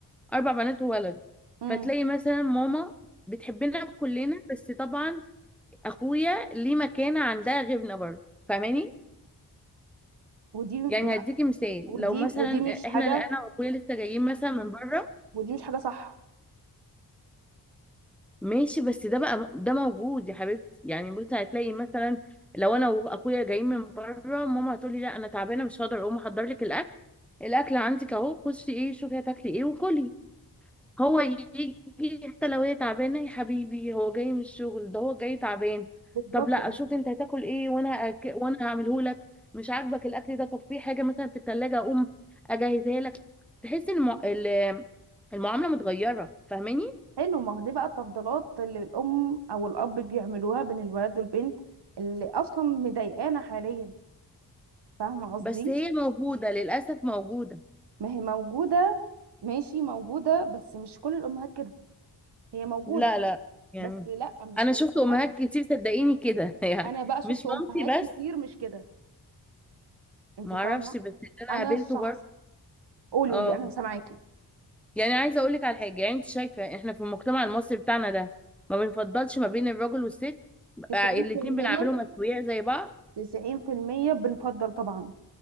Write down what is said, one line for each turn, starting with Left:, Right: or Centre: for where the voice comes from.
Centre: اربع بنات وولد
Right: امم
Centre: فتلاقي مثلا ماما بتحبنا كلنا بس طبعا اخويا ليه مكانه عندها غيرنا برضه فاهماني
Right: ودي ما-
Centre: يعني هديكي مثال
Right: ودي
Centre: لو مثلا
Right: ودي مش حاجه
Centre: احنا انا واخويا لسه جايين مثلا من بره
Right: ودي مش حاجه صح
Centre: ماشي بس ده بقى ده موجود يا حبيبتي يعني بصي هتلاقي مثلا لو انا واخويا جايين من بره ماما هتقولي لا انا تعبانه مش هقدر اقوم احضر لك الاكل الاكل عندك اهو خشي ايه شوفي هتاكلي ايه وكلي هو يجي حتى لو هي تعبانة يا حبيبي هو جاي من الشغل ده هو جاي تعبان
Right: بالظبط
Centre: طب لا
Right: مش
Centre: اشوف
Right: صح.
Centre: انت هتاكل ايه وانا أك... وانا هعمله لك مش عاجبك الاكل ده طب في حاجة مثلا في التلاجة اقوم اجهزها لك تحس ان المع... ال- المعاملة متغيرة فاهماني
Right: حلو ما هو دي بقى التفضيلات اللي الام او الاب بيعملوها بين الولد والبنت اللي اصلا مضايقانا حاليا فاهمه قصدي
Centre: بس هي موجودة للأسف موجودة
Right: ما هي موجوده ماشي موجوده بس مش كل الامهات كده هي موجوده
Centre: لا لا يعني
Right: بس لا مش
Centre: انا
Right: استحاله
Centre: شفت امهات كتير صدقيني كده <laughs> يعني
Right: انا بقى شفت
Centre: مش
Right: امهات
Centre: مامتي
Right: كتير
Centre: بس
Right: مش كده انت
Centre: معرفش
Right: فاهمه
Centre: بس اللي انا
Right: انا
Centre: قابلته
Right: الشخص
Centre: برضه
Right: قولي
Centre: اه
Right: قولي انا سامعاكي
Centre: يعني عايزه اقول لك على حاجه يعني انت شايفه احنا في المجتمع المصري بتاعنا ده ما بنفضلش ما بين الراجل والست
Right: 90%
Centre: آه، الاتنين بنعملهم اسوياء زي بعض
Right: 90% بنفضل طبعا